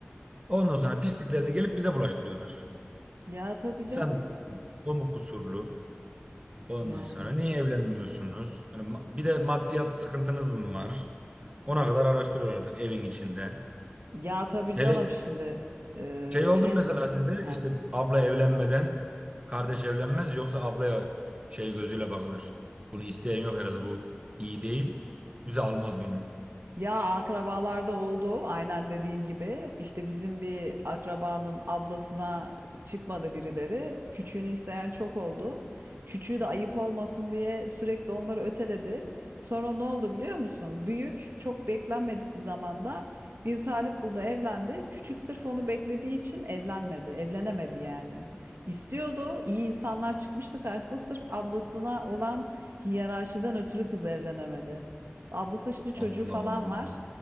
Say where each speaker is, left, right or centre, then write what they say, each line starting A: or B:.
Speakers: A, on the right; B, on the right.
A: Ondan sonra pisliklerini gelip bize bulaştırıyorlar.
B: Ya tabii canım
A: Sen o mu kusurlu? Ondan
B: yani.
A: sonra niye evlenmiyorsunuz? Hani ma- bir de maddiyat sıkıntınız mı var? Ona kadar araştırır artık evin içinde.
B: Ya tabii
A: Hele
B: canım şimdi eee,
A: şey oldu
B: şey.
A: mu mesela sizde
B: heh.
A: işte abla evlenmeden kardeş evlenmez yoksa ablaya şey gözüyle bakılır. Bunu isteyen yok herhalde bu iyi değil. Bize almaz bunu.
B: Ya akrabalarda oldu aynen dediğin gibi. İşte bizim bir akrabanın ablasına çıkmadı birileri. Küçüğünü isteyen çok oldu. Küçüğü de ayıp olmasın diye sürekli onları öteledi. Sonra ne oldu biliyor musun? Büyük çok beklenmedik bir zamanda bir talip buldu evlendi. Küçük sırf onu beklediği için evlenmedi. Evlenemedi yani. İstiyordu. iyi insanlar çıkmıştı karşısına. Sırf ablasına olan hiyerarşiden ötürü kız evlenemedi. Ablası şimdi çocuğu
A: Allah
B: falan
A: Allah.
B: var.